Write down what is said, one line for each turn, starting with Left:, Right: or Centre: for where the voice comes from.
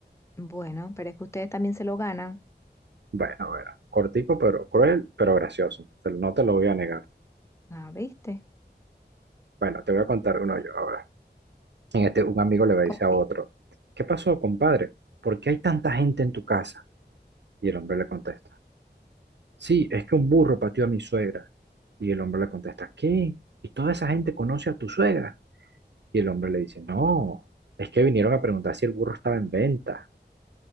Left: Bueno, pero es que ustedes también se lo ganan.
Right: Bueno, bueno, cortico, pero cruel, pero gracioso. Te- No te lo voy a negar.
Left: Ah, ¿viste?
Right: Bueno, te voy a contar uno yo ahora. En este, un amigo le dice
Left: Ok.
Right: a otro, ¿qué pasó, compadre? ¿Por qué hay tanta gente en tu casa? Y el hombre le contesta, sí, es que un burro pateó a mi suegra. Y el hombre le contesta, ¿qué? ¿Y toda esa gente conoce a tu suegra? Y el hombre le dice, no, es que vinieron a preguntar si el burro estaba en venta.